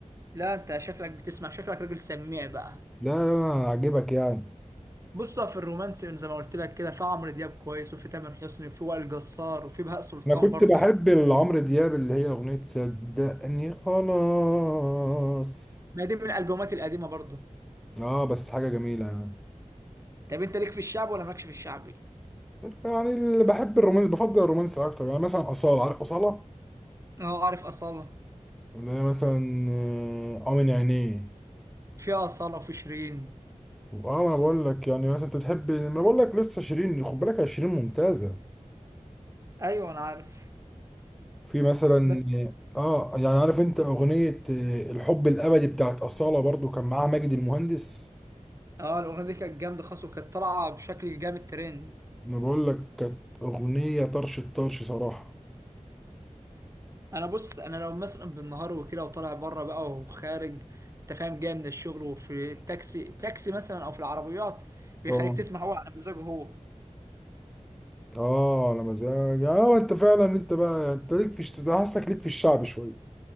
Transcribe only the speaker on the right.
لا انت شكلك بتسمع شكلك راجل سميع بقى
بص في الرومانسي زي ما قلت لك كده في عمرو دياب كويس وفي تامر حسني وفي وائل جسار وفي بهاء سلطان
برضه
ما دي من الالبومات القديمه برضه
طب انت ليك في الشعب ولا مالكش في الشعبي
اه عارف اصاله
في اصاله وفي شيرين
ايوه انا عارف
بس
اه الاغنيه دي كانت جامده خالص وكانت طالعه بشكل جامد ترند
انا بص انا لو مثلا بالنهار وكده وطالع بره بقى وخارج انت فاهم جاي من الشغل وفي التاكسي التاكسي مثلا او في العربيات بيخليك
تسمع هو على مزاجه هو